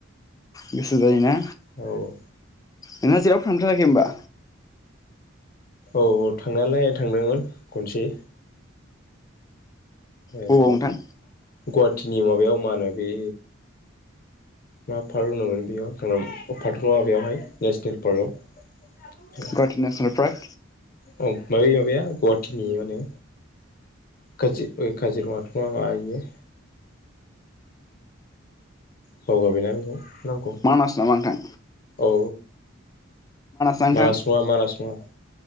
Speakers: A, on the left; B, on the left.
A: गोसो जायो ना?
B: औ
A: नोंहा जेरावबो थांफेरथाराखै होमबा
B: औ थांनायालाय थांदोंमोन खनसे ओरै
A: बबाव नोंथां
B: गुवाहाटिनि माबायाव मा होनो बे मा पार्क होनोमोन बेयाव थांदोंमोन पार्कथ' नङा बेवहाय नेसनेल पार्कआव
A: गुवाहाटि नेसनेल पार्क
B: औ माबे माबाया गुवाहाटिनि माने काजि काजिरङाथ' माबा इयो बावगारबायना बेखौ नंगौ
A: मानास नामा नोंथां
B: औ
A: ना नोंथां
B: मानास नङा मानास नङा